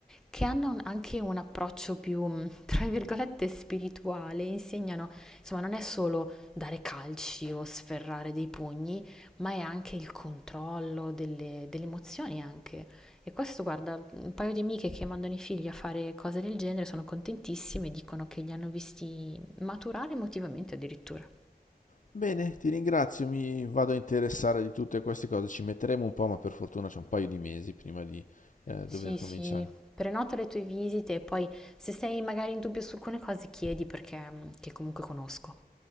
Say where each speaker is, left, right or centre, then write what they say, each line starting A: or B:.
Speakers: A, in the centre; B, on the left (about 50°).
A: che hanno un- anche un approccio più, mh, tra virgolette, spirituale, insegnano, insomma, non è solo dare calci o sferrare dei pugni, ma è anche il controllo delle, delle emozioni anche. E questo, guarda, un paio di amiche che mandano i figli a fare cose del genere sono contentissime e dicono che li hanno visti maturare emotivamente addirittura.
B: Bene, ti ringrazio, mi vado a interessare di tutte queste cose, ci metteremo un po', ma per fortuna c'è un paio di mesi prima di eh, dover
A: Sì,
B: cominciare.
A: sì, prenota le tue visite e poi se sei magari in dubbio su alcune cose chiedi perché che comunque conosco.